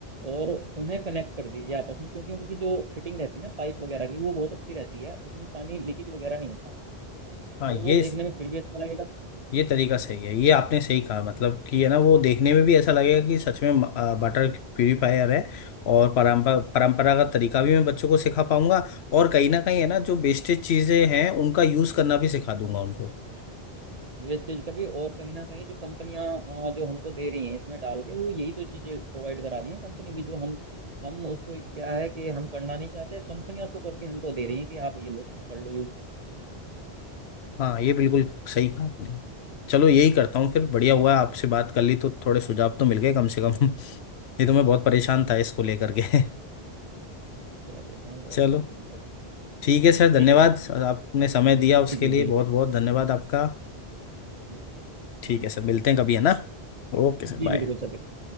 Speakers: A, on the right; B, on the left.
A: और उन्हें कनेक्ट कर दीजिए आपस में क्योंकि उनकी जो फिटिंग रहती है ना पाइप वगैरह की वो बहुत अच्छी रहती है उसमें पानी लीकेज वगैरह नहीं होता है
B: हाँ
A: और वो
B: ये
A: देखने में फिर भी अच्छा लगेगा
B: ये तरीका सही है ये आपने सही कहा मतलब कि है ना वो देखने में भी ऐसा लगेगा कि सच में अ, बटर प्यूरिफायर है और परंपरा परंपरागत तरीका भी मैं बच्चों को सिखा पाऊंगा और कहीं ना कहीं है ना जो वेस्टेज चीजें हैं उनका यूज करना भी सिखा दूंगा उनको
A: वेस्टेज का भी और कहीं ना कहीं जो कंपनियां अ, जो हमको दे रही हैं इसमें डाल के वो यही तो चीजें प्रोवाइड करा रही हैं कंपनी की जो हम हम उसको क्या है कि हम करना नहीं चाहते कंपनियां उसको करके हमको दे रही हैं कि आप ये लो कर लो यूज
B: हाँ ये बिल्कुल सही कहा आपने चलो यही करता हूँ फिर बढ़िया हुआ आपसे बात कर ली तो थोड़े सुझाव तो मिल गए कम से कम <laughs> नहीं तो
A: जी
B: मैं बहुत
A: जी
B: परेशान
A: जी
B: था इसको लेकर के <laughs>
A: चलिए don't
B: चलो
A: worry sir don't worry
B: ठीक है सर धन्यवाद
A: ठीक है सर
B: सर, आपने समय दिया उसके
A: जी जी
B: लिए
A: बिल्कुल
B: बहुत
A: बिल्कुल
B: बहुत धन्यवाद आपका
A: बिल्कुल करेंगे।
B: ठीक है सर मिलते हैं कभी है ना Okay sir
A: जी
B: bye
A: बिल्कुल सर बिल्कुल।